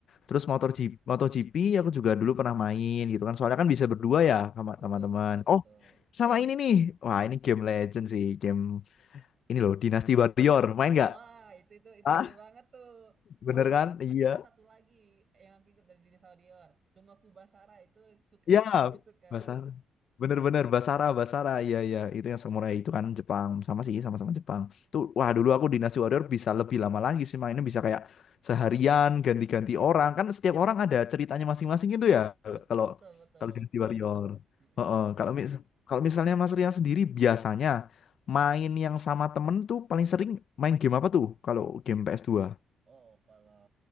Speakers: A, on the left (about 55°); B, on the right (about 40°).
A: Terus motor G, MotoGP aku juga dulu pernah main gitu kan. Soalnya kan bisa berdua ya sama
B: betul
A: teman-teman.
B: betul betul
A: Oh, sama ini nih. Wah, ini game legend sih. Game ini loh, Dynasty Warrior. Main nggak?
B: Wah, itu itu itu
A: Ah,
B: seru banget tuh. Malah,
A: bener
B: malah,
A: kan? Iya.
B: malah satu lagi yang aku ikut dari Dinosaurion, Sungoku Basara itu suka,
A: Ya,
B: aku juga suka.
A: Basara. Bener-bener Basara, Basara. Iya, iya, itu yang samurai itu kan Jepang. Sama sih, sama-sama Jepang. Tuh, wah dulu aku Dynasty Warrior bisa lebih lama lagi sih mainnya bisa kayak seharian ganti-ganti orang. Kan setiap orang ada ceritanya masing-masing gitu ya.
B: Betul,
A: Kalau
B: betul, betul.
A: kalau Dynasty Warrior.
B: Mm-mm.
A: Heeh, Kalau mis kalau misalnya Mas Rian sendiri biasanya main yang sama temen tuh paling sering main game apa tuh? Kalau game ps dua
B: Oh, kalau